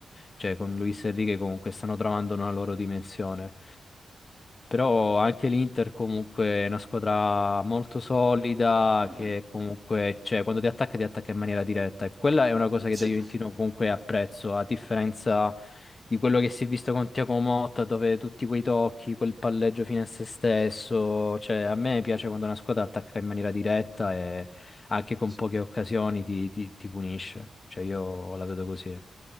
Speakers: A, on the left (about 40°); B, on the right (about 25°).
A: Cioè, con Luis Enrique comunque stanno trovando una loro dimensione. Però anche l'Inter comunque è una squadra molto solida
B: Mm,
A: che
B: mm.
A: comunque, cioè, quando ti attacca ti attacca in maniera diretta e quella è una cosa che
B: Sì,
A: da Juventino comunque apprezzo, a differenza di quello che si è visto con Thiago Motta dove tutti quei tocchi, quel palleggio fine a se stesso, cioè a me piace quando una squadra attacca in maniera diretta e anche con
B: sì.
A: poche occasioni ti, ti- ti punisce, cioè io la vedo così.